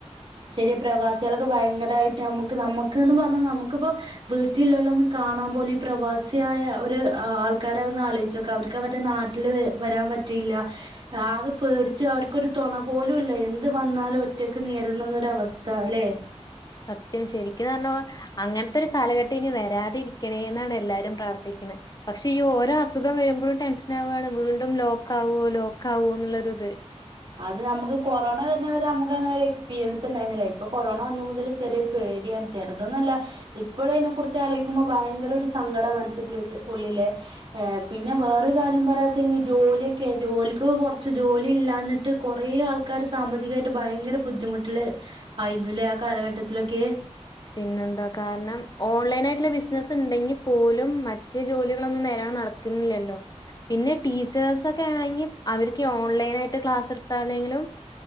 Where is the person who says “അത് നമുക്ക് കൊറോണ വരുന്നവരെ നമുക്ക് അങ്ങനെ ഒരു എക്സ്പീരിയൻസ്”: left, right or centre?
Right